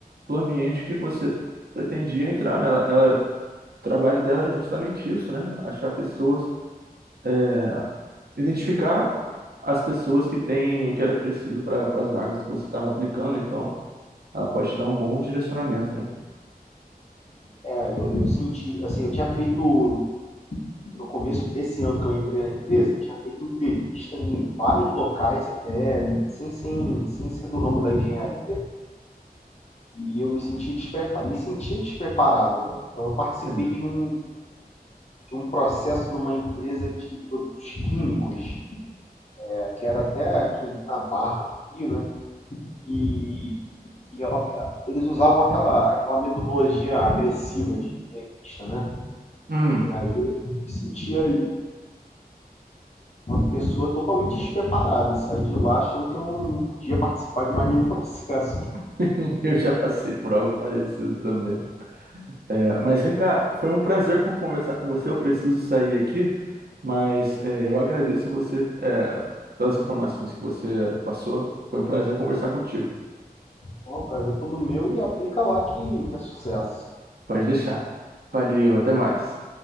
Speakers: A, on the right (about 80°); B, on the left (about 45°).
A: do ambiente que você pretendia entrar, né? Ela, ela- o trabalho dela era justamente isso, né? Achar pessoas, é, identificar as pessoas que têm o que era preciso para as vagas que você estava aplicando, então ela pode te dar um bom direcionamento, né?
B: É, eu, eu senti, assim, eu tinha feito, no começo desse ano que eu entrei na empresa, eu tinha feito entrevista em vários locais até, sem, sem, sem ser do ramo da engenharia, e eu me senti despreparado, me sentia despreparado, né? Então eu participei
A: Sim.
B: de um, de um processo numa empresa de produtos químicos, é, que era até aqui na Barra, no Rio, né? E, e ela, eles usavam aquela, aquela metodologia agressiva de entrevista, né?
A: Hum.
B: E aí eu me sentia ali pessoa totalmente despreparada, saí de lá achando que eu não, não podia participar de mais nenhum processo.
A: <laughs> Eu já passei por algo parecido também. É, mas vem cá, foi um prazer co- conversar com você. Eu preciso sair aqui, mas é, eu agradeço você é, pelas informações que você passou. Foi um prazer conversar contigo.
B: Então, rapaz, é todo meu e aplica lá que, que é sucesso.
A: Pode deixar. Valeu, até mais.